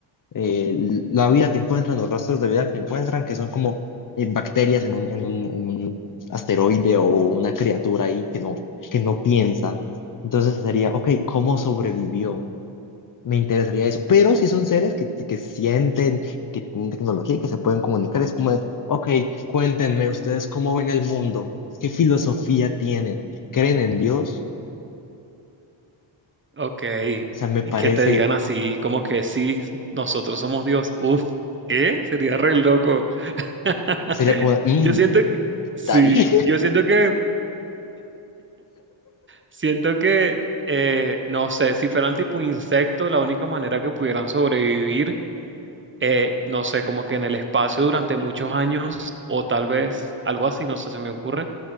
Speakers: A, on the left (about 40°); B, on the right (about 25°).
A: eh, la vida que encuentran, los rastros de vida que encuentran, que son como eh, bacterias en un, en un- en un asteroide o una criatura ahí que no, que no piensa. Entonces sería, ok, ¿cómo sobrevivió? Me interesaría eso. Pero si son seres que, que sienten y que tienen tecnología y que se pueden comunicar, es como de, ok, cuéntenme ustedes cómo ven el mundo, qué filosofía tienen, creen en Dios.
B: Ok.
A: O sea, me parece,
B: Y que te digan así, como que sí, nosotros somos Dios. Uf, ¿qué? Sería re loco. <laughs>
A: sería como, de, mm,
B: Yo siento que, sí,
A: Darí.
B: yo siento que Siento que, eh, no sé, si fueran tipo insectos, la única manera que pudieran sobrevivir, eh, no sé, como que en el espacio durante muchos años o tal vez algo así, no sé, se me ocurre,